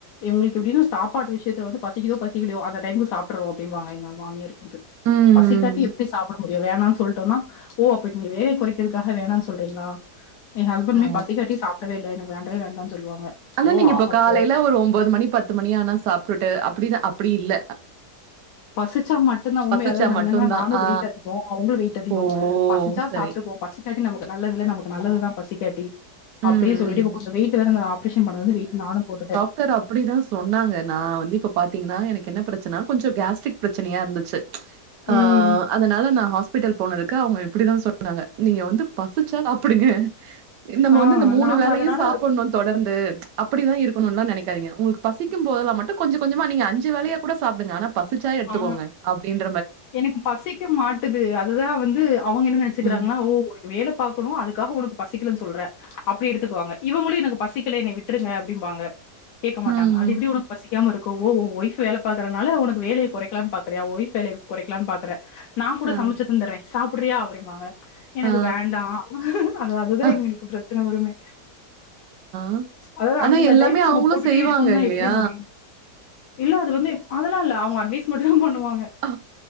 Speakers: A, on the left; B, on the right.
A: இவங்களுக்கு எப்டின்னா சாப்பாட்டு விஷயத்துல பசிக்குதோ பசிக்கலையோ அந்த டையத்துக்கு சாப்டுவோம் அப்டிம்பாங்க எங்க மாமியார்
B: ம்.
A: பசி காட்டி எப்டி சாப்ட முடியும் வேணாம்னு சொல்லிட்டோம்னா ஓ அப்டி நீங்க வேல குறைக்கிறதுக்காக வேணாம்னு சொல்றீங்களா என் ஹஸ்பண்ட்மே
B: ஆ.
A: பசிகாட்டி சாப்டவே இல்ல எனக்கு வேண்டவே வேண்டான் சொல்லுவாங்க
B: ஆனா
A: ஓ!
B: நீங்க இப்ப
A: அப்போ
B: காலையில ஒரு ஒம்பது மணி பத்து மணி ஆனா சாப்ட்டுட்டு அப்டிதான் அப்டி இல்ல
A: பசிச்சா மட்டும்தான் உண்மைய
B: பசிச்சா
A: அதாவது நான்
B: மட்டுந்தா
A: என்னன்னா நானும்
B: ஆ
A: வெயிட் அதிகம் அவங்களும் வெயிட் அதிகம்
B: ஓ
A: பசிச்சா
B: சரி
A: சாப்பிட்டுக்குவோம் பசிக்காட்டி நமக்கு நல்லது இல்ல நமக்கு நல்லதுதான் பசிக்காட்டி
B: ம்
A: அப்டியே சொல்லிட்டு
B: ம்
A: இப்ப கொஞ்சோம் வெய்ட்டு வேற அந்த ஆப்ரேஷன் பன்னதுல இருந்து‌ வெயிட் நானும் போட்டுட்டேன்
B: சிஸ்டர் அப்டிதான் சொன்னாங்க நான் வந்து இப்ப பாரத்தீங்கன்னா எனக்கு என்ன பிரச்சன கொஞ்சம் கேஸ்ட்ரிக் பிரச்சனையா இருந்துச்சு ஆ
A: ம்.
B: அதனால நான் ஹாஸ் பிடல் போனதுக்கு அவங்க இப்டிதான் சொன்னாங்க நீங்க வந்து பசிச்சா சாப்டுங்க இந்த
A: ஆ
B: வந்து இந்த மூணு
A: நாங்க
B: வேலையும்
A: அதனால
B: சாப்டணும் தொடர்ந்து அப்டிதான் இருக் ஒன் ஒன்னா நெனைக்காதிங்க உங்களுக்கு பசிக்கும் போதல்லாம் மட்டும் கொஞ்சோ கொஞ்சமா நீங்க அஞ்சு வேலையா கூட சாப்டுங்க ஆனா பசிச்சா எடுத்துக்கோங்க
A: ஆ.
B: அப்டின்னு
A: எனக்கு பசிக்க மாட்டுது அதுதான் வந்து அவங்க என்ன நெனைச்சுக்கிறாங்கன்னா
B: ம்
A: ஓ வேலை பாக்கணும் அதுக்காக உனக்கு பசிக்கலன்னு சொல்ற அப்டி எடுத்துக்குவாங்க இவங்களும் எனக்கு பசிக்கல என்னை விட்டுருங்க அப்டிம்பாங்க கேக்க
B: ம்
A: மாட்டாங்க அது
B: ம்
A: எப்டி உனக்கு பசிக்காம இருக்கும் ஓ உ ஒய்ஃப் வேல பாக்குறனால உனக்கு வேலை குறைக்கலாம்னு பாக்குறயா வைஃப் வேலைய குறைக்கலாம்னு பாக்குறே நான் கூட
B: ஆ
A: சமைச்சு தந்துடுறேன் சாப்டுறியா அப்டின்னு வாங்க எனக்கு
B: ஆ
A: வேண்டா அது அதுதான்
B: அ
A: எங்களுக்கு பிரச்சனை வருமே
B: ஆ
A: அதாவது
B: ஆனா
A: அந்தந்த
B: எல்லாமே
A: டைமுக்கு
B: அவங்களும்
A: நம்ம போட்டுட்டே
B: செய்வாங்க
A: இருக்கணும்னா
B: இல்லையா?
A: எப்டி முடியும் இல்ல அது வந்து அதெல்லாம் இல்ல அவங்க அட்வைஸ் மட்டும் தான் பண்ணுவாங்க
B: ஓ!